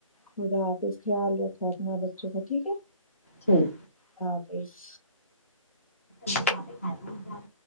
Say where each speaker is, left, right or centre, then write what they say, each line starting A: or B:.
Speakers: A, on the left; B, on the left.
A: خدا حافظ خیال رکھو اپنا بچوں کا ٹھیک ہے
B: ٹھیک
A: تپ
B: ے ک